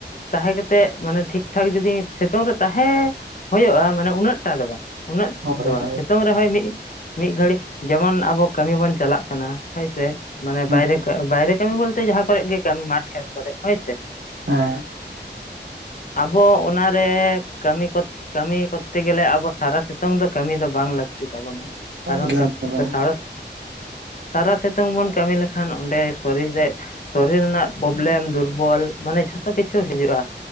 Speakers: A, on the left; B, on the right.
A: ᱛᱟᱦᱮᱸ ᱠᱟᱛᱮᱜ ᱢᱟᱱᱮ ᱴᱷᱤᱠ ᱴᱷᱟᱠ ᱡᱩᱫᱤ ᱥᱤᱛᱩᱝ ᱨᱮ ᱛᱟᱦᱮᱸ ᱦᱳᱭᱳᱜᱼᱟ ᱢᱟᱱᱮ ᱩᱱᱟᱹᱜ ᱴᱟ ᱫᱚ ᱵᱟᱝ ᱩᱱᱟᱹᱜ
B: ᱦᱳᱭ
A: ᱫᱚ ᱵᱟᱝ
B: ᱦᱳᱭ
A: ᱥᱤᱛᱩᱝ ᱨᱮᱦᱚᱸᱭ ᱢᱤᱫ ᱢᱤᱫ ᱜᱷᱟᱹᱲᱤᱡ ᱡᱮᱢᱚᱱ ᱟᱵᱚ ᱠᱟᱹᱢᱤ ᱵᱚᱱ ᱪᱟᱞᱟᱜ ᱠᱟᱱᱟ ᱠᱟᱱᱟ ᱦᱳᱭᱥᱮ ᱢᱟᱱᱮ
B: ᱦᱮᱸ
A: ᱵᱟᱭᱨᱮ ᱵᱟᱭᱨᱮ ᱠᱟᱹᱢᱤ ᱵᱚᱞᱛᱮ ᱡᱟᱦᱟᱸ ᱠᱚᱨᱮ ᱜᱮ ᱠᱟᱹᱢᱤ ᱢᱟᱴ ᱠᱷᱮᱛ ᱠᱚᱨᱮ ᱦᱳᱭ
B: ᱦᱮᱸ
A: <inaudible> ᱟᱵᱚ ᱚᱱᱟᱨᱮ ᱠᱟᱹᱢᱤ ᱠᱚ ᱠᱟᱹᱢᱤ ᱠᱚᱨᱛᱮ ᱜᱮᱞᱮ ᱟᱵᱚ ᱥᱟᱨᱟ ᱥᱤᱛᱩᱝ ᱫᱚ ᱠᱟᱹᱢᱤ ᱫᱚ ᱵᱟᱝ ᱞᱟᱹᱠᱟᱜᱼᱟ ᱞᱟᱹᱠᱛᱤ ᱛᱟᱵᱚᱱᱟ ᱠᱟᱨᱚᱱᱟᱨᱟᱨᱟ
B: ᱮᱠᱫᱚᱢ ᱮᱠᱫᱚᱢ ᱦᱮᱸ
A: ᱥᱟᱨᱟ ᱥᱤᱛᱩᱝ ᱵᱚᱱ ᱠᱟᱹᱢᱤ ᱞᱮᱠᱷᱟᱱ <unintelligible> ᱠᱷᱟᱱ ᱚᱸᱰᱮ ᱥᱚᱨᱤᱨ ᱨᱮ ᱥᱚᱨᱤᱨ ᱨᱮᱱᱟᱜ ᱯᱨᱚᱵᱽᱞᱮᱢ ᱫᱩᱨᱠᱟᱨ ᱯᱷᱩᱴᱵᱚᱞ ᱢᱟᱱᱮ ᱡᱷᱚᱛᱚ ᱠᱤᱪᱷᱩ ᱦᱤᱡᱩᱜᱼᱟ